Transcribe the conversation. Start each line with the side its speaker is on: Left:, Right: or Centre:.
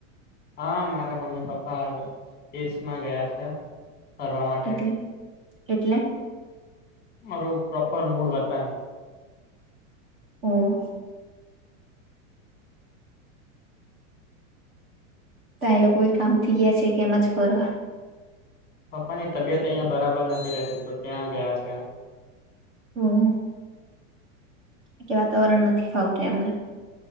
Left: હા મારા મમ્મી પપ્પા <unintelligible> દેશ માં ગયા છે ફરવા માટે
Right: એટલે એટલે
Left: મારું પપ્પા નું મૂડ વતન
Right: હમ તા એ લોકો કામ થી ગ્યા છે કે એમ જ ફરવા
Left: પપ્પાની તબિયત અહિયાં બરાબર નથી રહેતી તો ત્યાં ગયા છે
Right: હમ કે વાતાવરણ નથી ફાવતું એમને